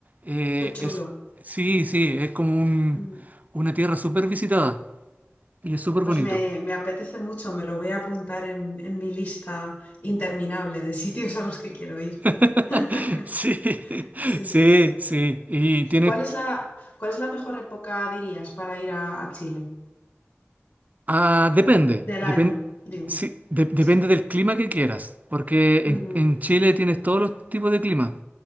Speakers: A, on the right; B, on the left.
A: eh,
B: Qué chulo.
A: es, sí, sí, es como un-
B: Mm,
A: una tierra súper visitada y es súper
B: Pues
A: bonito.
B: me, me apetece mucho, me lo voy a apuntar en, en mi lista interminable de sitios a los que quiero ir.
A: <laughs>
B: <laughs>
A: Sí,
B: Sí,
A: sí,
B: sí, sí.
A: sí. Y tiene,
B: ¿Cuál es la, cuál es la mejor época, dirías, para ir a, a Chile?
A: Ah, depende,
B: Del
A: depen-
B: año, digo.
A: sí, de- depende
B: Sí.
A: del clima que quieras, porque
B: Ujú,
A: en, en Chile tienes todos los tipos de clima,